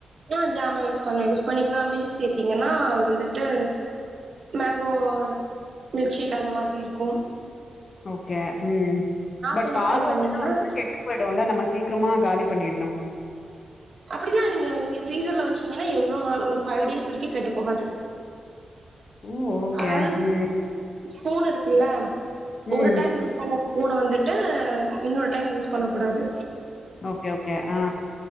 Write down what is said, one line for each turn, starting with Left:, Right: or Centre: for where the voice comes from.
Right: ஆ ஜாமா யூஸ் பண்ண யூஸ் பண்ணிக்கலா மில்க் சேத்தீங்கன்னா அது வந்துட்டு மேங்கோ மில்க் ஷேக் அந்த மாதிரி இருக்கும்
Left: ஓகே ம் பட்
Right: சொன்ன
Left: பால்
Right: மாரி
Left: ஊத்தனா
Right: பண்ணீங்கன்னா
Left: வந்து கெட்டு போய்டும் இல்ல நம்ம சீக்கிரமா காலி பண்ணிடுணும்
Right: அப்படிலான் இல்லைங்க நீங்க ஃபிரிசர்ல வச்சீங்கன்னா எவ்ளோ நாள் ஒரு ஃபைவ் டேஸ் வரைக்கும் கெட்டு போகாது
Left: ஓ ஓகே
Right: அதாவது
Left: ம்
Right: ஸ்பூன் இருக்கு இல்ல ஒரு
Left: ம்
Right: டைம் யூஸ் பண்ண ஸ் பூனா வந்துட்டு இன்னொரு டைம் யூஸ் பண்ண கூடாது
Left: ஓகே ஓகே ஆ